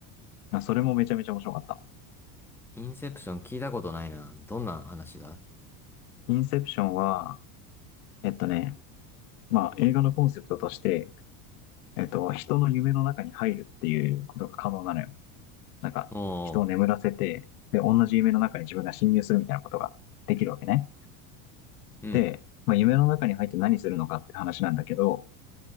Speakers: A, on the left; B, in the centre.
A: まあそれもめちゃめちゃ面白かった。
B: ー、インセプション聞いたことないな。どんな話だ
A: インセプションは、えっとね、まあ映画のコンセプトとして、えっと、人の夢の中に入るっていうことが可能なのよ。なんか、
B: おー
A: 人を眠らせて、で、同じ夢の中に自分が侵入するみたいなことができるわけね。
B: うん、
A: で、まあ、夢の中に入って何するのかって話なんだけど、